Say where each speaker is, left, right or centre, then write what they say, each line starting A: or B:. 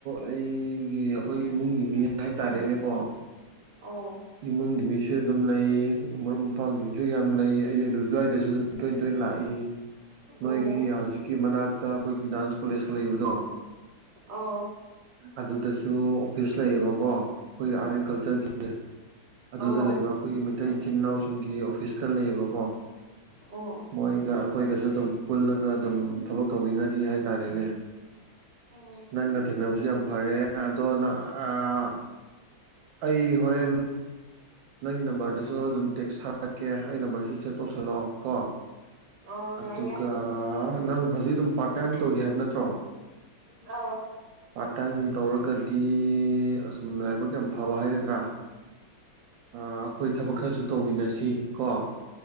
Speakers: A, on the right (about 75°); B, on the right (about 35°).
A: ꯑꯩꯒꯤ ꯑꯩꯈꯣꯏ ꯏꯃꯨꯡꯒꯤ ꯃꯤ ꯍꯥꯏꯇꯥꯔꯦꯅꯦꯀꯣ
B: ꯑꯣ
A: ꯏꯃꯨꯡ ꯃꯤꯁꯣꯏꯗ ꯂꯩ ꯃꯔꯨꯞ ꯃꯄꯥꯡꯁꯤꯡꯁꯨ ꯌꯥꯝ ꯂꯩ ꯑꯩ ꯑꯗꯨ ꯑꯗꯨꯋꯥꯏꯗꯁꯨ ꯑꯗꯨꯝ ꯇꯣꯏ ꯇꯣꯏꯅ ꯂꯥꯛꯏ
B: ꯑꯣ
A: ꯅꯣꯏꯒꯤ ꯍꯧꯖꯤꯛꯀꯤ ꯃꯅꯥꯛꯇ ꯑꯩꯈꯣꯏꯒꯤ ꯗꯥꯟꯁ ꯀꯣꯂꯦꯖꯀ ꯂꯩꯕꯗꯣ
B: ꯑꯧ
A: ꯑꯗꯨꯗꯁꯨ ꯑꯣꯐꯤꯁ ꯂꯩꯌꯦꯕꯀꯣ ꯑꯩꯈꯣꯏꯒꯤ ꯑꯥꯔꯠ ꯑꯦꯟ ꯀꯜꯆꯔꯒꯤ ꯑꯗꯨꯗ
B: ꯑꯣ
A: ꯂꯩꯕ ꯑꯩꯈꯣꯏꯒꯤ ꯃꯩꯇꯩ ꯏꯆꯤꯟ ꯏꯅꯥꯎꯁꯤꯡꯒꯤ ꯑꯣꯐꯤꯁ ꯈꯔ ꯂꯩꯌꯦꯕꯀꯣ
B: ꯑꯣ
A: ꯃꯣꯏꯒ ꯑꯩꯈꯣꯏꯒꯁꯨ ꯑꯗꯨꯝ ꯄꯨꯜꯂꯒ ꯑꯗꯨꯝ ꯊꯕꯛ ꯇꯧꯃꯤꯟꯅꯔꯤ ꯍꯥꯏꯇꯥꯔꯦꯅꯦ꯫
B: ꯑꯣ
A: ꯅꯪꯒ ꯊꯦꯡꯅꯕꯁꯨ ꯌꯥꯝ ꯐꯔꯦ꯫ ꯗꯣ ꯅ ꯑꯥ ꯑꯩ ꯍꯣꯔꯦꯟ ꯅꯪꯒꯤ ꯅꯝꯕꯔꯗꯁꯨ ꯑꯗꯨꯝ ꯇꯦꯛꯁ ꯊꯥꯔꯛꯀꯦ ꯑꯩ ꯅꯝꯕꯔꯁꯨ ꯁꯦꯞ ꯇꯧꯁꯜꯂꯣ꯫ ꯀꯣ
B: ꯑꯣ
A: ꯑꯗꯨꯒ
B: ꯌꯥꯏ ꯌꯥꯏ
A: ꯅꯪ ꯍꯧꯖꯤꯛ ꯑꯗꯨꯝ ꯄꯥꯔꯠ ꯇꯥꯏꯝ ꯇꯧꯔꯤ ꯍꯥꯏꯕ ꯅꯠꯇ꯭ꯔꯣ
B: ꯑꯥꯎ
A: <unintelligible> ꯇꯧꯔꯒꯗꯤ ꯑꯁꯨꯝ ꯂꯥꯏꯕꯛ ꯌꯥꯝ ꯐꯕ ꯍꯥꯏꯒꯗ꯭ꯔꯥ ꯑꯩꯈꯣꯏ ꯊꯕꯛ ꯈꯔꯁꯨ ꯇꯧꯃꯤꯟꯅꯁꯤ ꯀꯣ